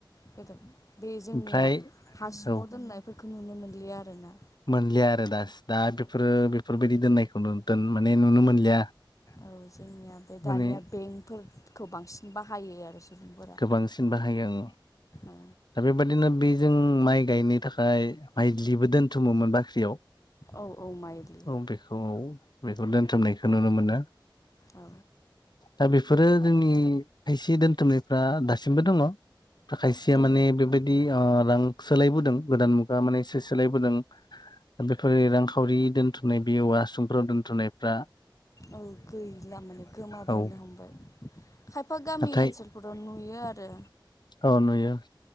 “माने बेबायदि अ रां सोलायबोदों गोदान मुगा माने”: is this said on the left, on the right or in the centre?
Left